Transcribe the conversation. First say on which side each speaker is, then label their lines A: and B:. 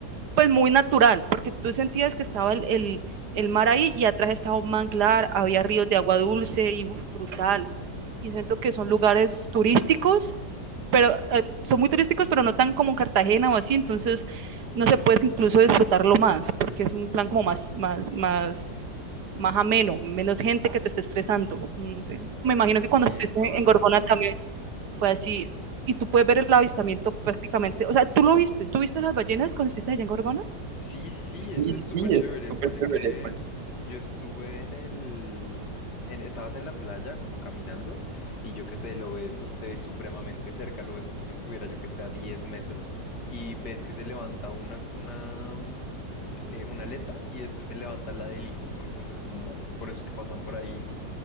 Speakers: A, on the right; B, on the left.
A: Pues muy natural, porque tú sentías que estaba el, el, el, mar ahí y atrás estaba un manglar, había ríos de agua dulce y uf, brutal. Y siento que son lugares turísticos pero eh, son muy turísticos, pero no tan como Cartagena o así, entonces no se puede incluso disfrutarlo más, porque es un plan como más, más, más, más ameno, menos gente que te esté estresando. No sé.
B: Uf,
A: Me imagino que cuando
B: tienes
A: estuviste
B: toda
A: en
B: la
A: Gorgona
B: razón.
A: también fue así. Y tú puedes ver el avistamiento prácticamente, o sea, tú lo viste, ¿tú viste las ballenas cuando estuviste allá en Gorgona?
B: Sí, sí, sí,
A: Sí,
B: es, es súper
A: sí, eso
B: chévere.
A: es súper
B: Pone
A: chévere.
B: que yo estuve en el... en- estabas en la playa como caminando y yo qué sé, lo ves, o sea, se ve supremamente cerca, lo ves como si estuviera yo que sé a 10 metros y ves que se levanta una, una, mm, eh, una aleta y después se levanta la del hijo, porque pues es como, por eso es que pasan por ahí